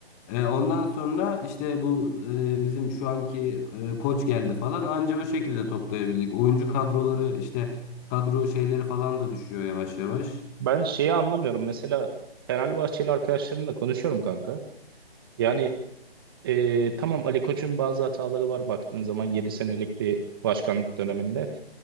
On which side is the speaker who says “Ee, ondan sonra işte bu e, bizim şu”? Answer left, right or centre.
Left